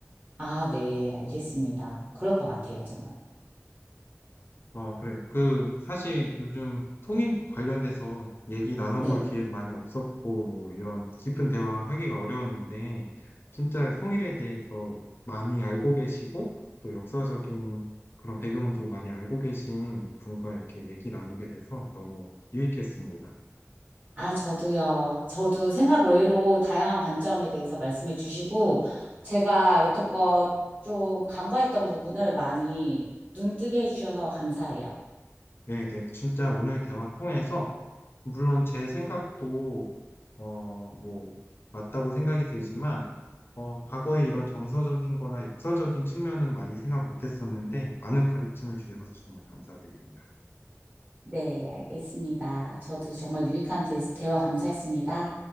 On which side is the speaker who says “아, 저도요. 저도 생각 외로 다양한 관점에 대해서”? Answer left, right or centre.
Right